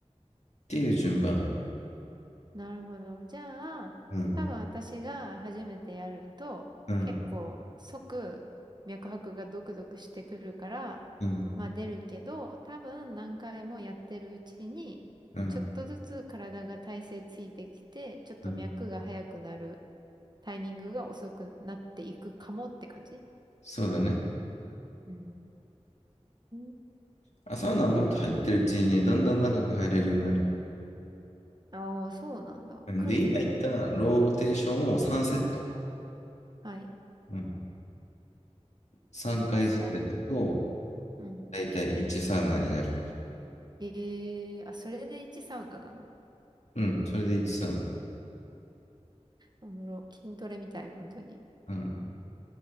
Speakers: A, on the left; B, on the right.
A: ていう順番。
B: なるほど。じゃあ、
A: うん。
B: 多分私が初めてやると、
A: うん。
B: 結構即脈拍がドクドクしてくるから、
A: うん。
B: まあ出るけど、多分何回もやってるうちに、
A: うん。
B: ちょっとずつ体が体勢ついてきて、ちょっと脈が速くなる
A: うん。
B: タイミングが遅くなっていくかもって感じ
A: そうだね。
B: うーん。
A: あ、サウナは本当入ってるうちにね、だんだん長く入れるようになる。
B: ああ、そうなんだ。
A: うんで、
B: 訓練だね。
A: 今言ったローテーションを3セット。
B: はい。
A: うん3回ずつやると、
B: したら、うん。
A: だいたい1サウナになる。
B: ええーあ、それで1サウナなの
A: うん、それで1サウ
B: おもろ。筋トレみたい、本当に。
A: ナ。うん。